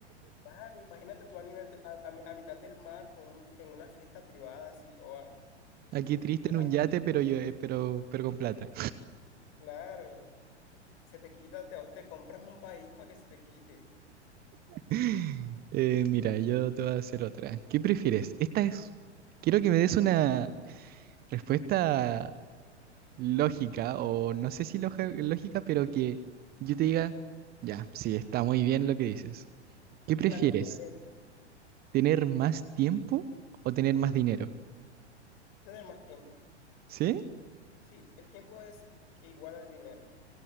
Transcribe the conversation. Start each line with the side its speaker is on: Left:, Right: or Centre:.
Left: Claro, imagínate tú a nivel de- a, a mi- a mitad del mar con un- en una fiesta privada así o a-
Right: Aquí triste
Left: y llorando.
Right: en un yate,
Left: Uh,
Right: pero yo, eh, pero, pero con plata.
Left: Claro, se te quita, te, te compras un país para que se te quite.
Right: <laughs> Eh, mira, yo te voy a hacer otra. ¿Qué prefieres? Esta es. Quiero que me des una respuesta lógica, o no sé si loja- lógica, pero que yo te diga, ya, sí, está muy bien lo que dices. ¿Qué prefieres?
Left: Claro, coherente.
Right: ¿Tener más tiempo o tener más dinero?
Left: Tener más tiempo.
Right: ¿Sí?
Left: Sí, el tiempo es i- e igual al dinero,